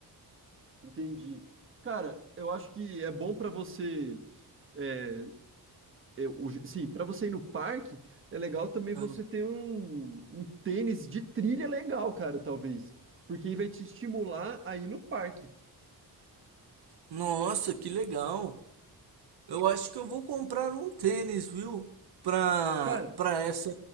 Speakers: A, on the right (about 30°); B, on the right (about 70°).
A: Entendi. Cara, eu acho que é bom para você é, eu- o je- sim, para você ir no parque, é legal também você
B: Ah,
A: ter um, um tênis de trilha legal, cara, talvez. Porque aí vai te estimular a ir no parque.
B: Nossa, que legal! Eu acho que eu vou comprar um tênis, viu? Pra,
A: Cara,
B: pra essa,